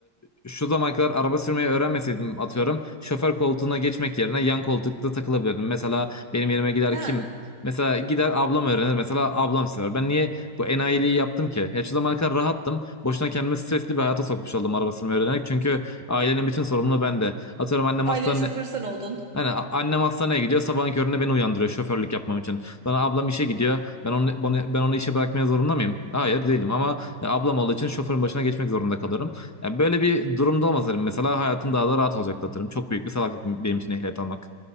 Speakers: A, on the left; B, on the right.
A: e, şu zamana kadar araba sürmeyi öğrenmeseydim atıyorum şoför koltuğuna geçmek yerine yan koltukta takılabilirdim. Mesela benim yerime gider
B: Ha,
A: kim? Mesela gider ablam öğrenir. Mesela ablam sever. Ben niye bu enayiliği yaptım ki? Ya şu zamana kadar rahattım. Boşuna kendimi stresli bir hayata sokmuş oldum araba sürmeyi öğrenerek. Çünkü ailenin bütün sorumluluğu bende. Atıyorum annem
B: ailenin
A: hastane
B: şoförü sen oldun.
A: hani a- annem hastaneye gidiyor. Sabahın köründe beni uyandırıyor şoförlük yapmam için. Sonra ablam işe gidiyor. Ben onu bana- ben onu işe bırakmaya zorunda mıyım? Hayır değilim ama e, ablam olduğu için şoförün başına geçmek zorunda kalıyorum. Yani böyle bir durumda olmasaydım mesela hayatım daha da rahat olacaktı atarım. Çok büyük bir salaklık benim için ehliyet almak.